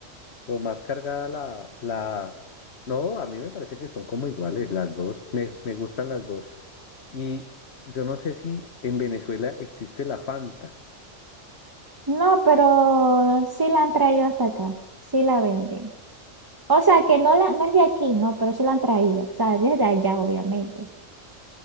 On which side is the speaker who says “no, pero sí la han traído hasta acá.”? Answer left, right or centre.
Right